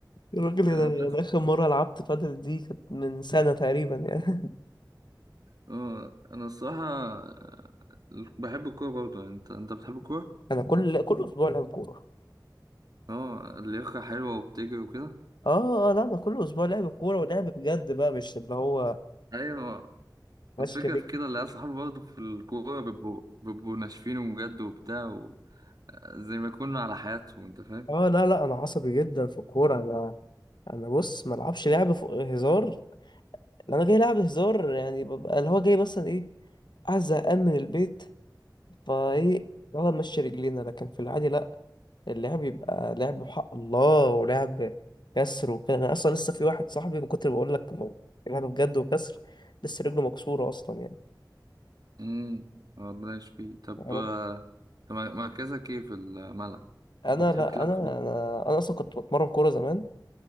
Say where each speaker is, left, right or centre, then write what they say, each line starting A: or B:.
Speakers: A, on the left (about 80°); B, on the right (about 60°).
A: الراجل ده
B: آه بس
A: ده اخر مره لعبت بادل دي كانت من سنه تقريبا يعني
B: آه أنا الصراحة آه، بحب الكورة برضه يعني أنت أنت بتحب الكورة؟
A: <laughs> انا كل كل اسبوع لعب كوره
B: أه اللياقة حلوة وبتجري وكده
A: اه آه، لا انا كل اسبوع لعب كوره ولعب بجد بقى مش اللي هو
B: أيوة
A: ماشي
B: والفكرة
A: رجلي
B: في كده اللي أصحابي برضه في الكورة بيبقوا بيبقوا ناشفين بجد وبتاع و... آه، زي ما يكونوا على حياتهم أنت فاهم؟
A: اه لا لا انا عصبي جدا في الكوره انا انا بص ما العبش لعب فوق هزار لو انا جاي لعب هزار يعني ببقى اللي هو جاي مثلا ايه عايز زهقان من البيت فايه يلا نمشي رجلينا لكن في العادي لا اللعب يبقى لعب بحق الله ولعب كسر وكده انا اصلا لسه في واحد صاحبي من كتر بقول لك لعب بجد وكسر لسه رجله مكسوره اصلا يعني
B: أمم ربنا يشفيه طب
A: عرفت؟
B: آه، طب مركزك إيه في الملعب؟
A: انا
B: أو بتحب
A: لا
B: تلعب
A: انا انا انا اصلا كنت بتمرن كوره زمان